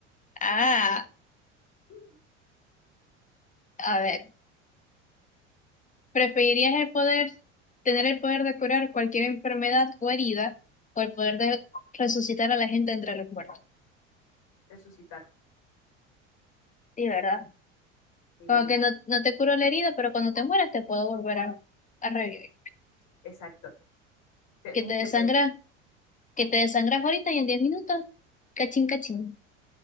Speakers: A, on the left; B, on the left.
A: Ah,
B: mm,
A: a ver. ¿Preferirías el poder, tener el poder de curar cualquier enfermedad o herida o el poder de resucitar a la gente entre los muertos?
B: resucitar.
A: Sí, ¿verdad?
B: Sí,
A: Como
B: ahí-
A: que no, no te curo la herida, pero cuando te mueras te puedo volver a, a revivir.
B: exacto. Sí,
A: Que
B: muérete.
A: te desangras, que te desangras ahorita y en diez minutos, cachín, cachín,